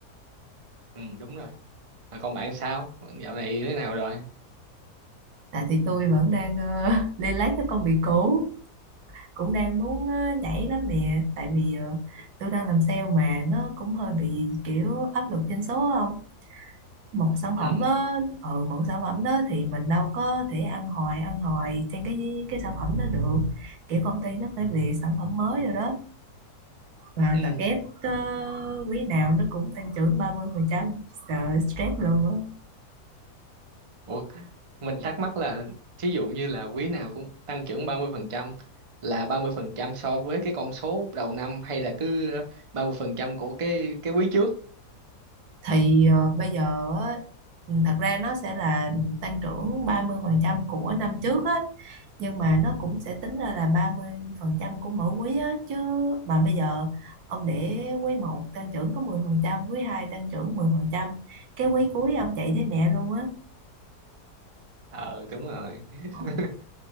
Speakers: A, on the right (about 35°); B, on the right (about 65°).
A: ừ, đúng rồi Rồi còn bạn sao bạn dạo này thế nào rồi
B: tại thì tôi vẫn đang ờ, <laughs> lên lấy cái công việc cũ cũng đang muốn ờ, nhảy lắm nè tại vì ờ, tôi đang làm sale mà nó cũng hơi bị kiểu áp lực doanh số không một sản phẩm
A: ừ
B: á ừ, một sản phẩm đó thì mình đâu có thể ăn hoài ăn hoài trên cái cái sản phẩm đó được kiểu công ty nó phải về sản phẩm mới rồi đó và
A: ừ
B: tập kép ờ, quý nào nó cũng tăng trưởng 30% phần trăm sợ stress luôn á
A: ủa mình thắc mắc là thí dụ như là quý nào cũng tăng trưởng 30% là 30% so với cái con số đầu năm hay là cứ 30% của cái cái quý trước
B: thì ờ, bây giờ á, ừ, thật ra nó sẽ là tăng trưởng 30% của năm trước á nhưng mà nó cũng sẽ tính ra là 30% của mỗi quý á chứ mà bây giờ ông để quý một tăng trưởng có 10% quý 2 tăng trưởng 10% cái quý cuối ông chạy thấy mẹ luôn á
A: ờ đúng rồi <laughs>
B: Ờ,